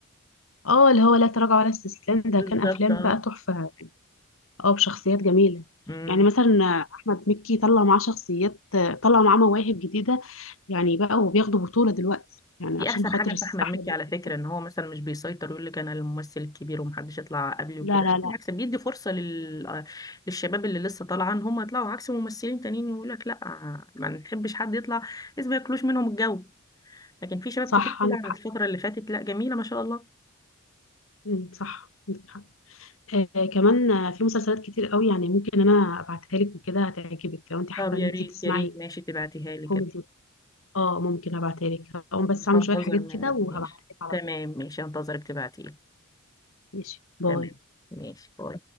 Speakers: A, on the left; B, on the left.
A: اه اللي هو لا تراجع ولا استسلام ده
B: بالظبط
A: كان افلام
B: اه
A: بقى تحفه اه بشخصيات جميلة
B: أمم.
A: يعني مثلا أحمد مكي طلع معاه شخصيات طلع معاه مواهب جديدة يعني بقى وبياخدوا بطولة دلوقتي يعني
B: دي
A: عشان
B: أحسن
A: خاطر
B: حاجة في
A: الس-
B: أحمد
A: أحمد
B: مكي
A: مكي
B: على فكرة إن هو مثلا مش بيسيطر يقول لك أنا الممثل الكبير ومحدش يطلع قبلي وكده
A: لا لا لا
B: بالعكس بيدي فرصة لل... للشباب اللي لسه طالعة إن هم يطلعوا عكس ممثلين تانيين يقول لك لا ما نحبش حد يطلع بس ما ياكلوش منهم الجو لكن في شباب
A: صح
B: كتير طلع
A: عندك حق
B: الفترة اللي فاتت لا جميلة ما شاء الله
A: مم، صح عندك حق آه كمان آه، في مسلسلات كتير قوي يعني ممكن أنا أبعتها لك وكده هتعجبك لو أنت حابة
B: طب يا
A: إن أنت
B: ريت
A: تسمعي
B: يا ريت ماشي تبعتيها لي
A: كوميدي
B: كده
A: اه ممكن أبعتها لك هقوم
B: مش
A: بس أعمل
B: هنتظر
A: شوية حاجات
B: منك
A: كده وهبعتها
B: ماشي
A: لك على
B: تمام
A: طول
B: ماشي هنتظرك تبعتيلي
A: ماشي باي
B: تمام ماشي باي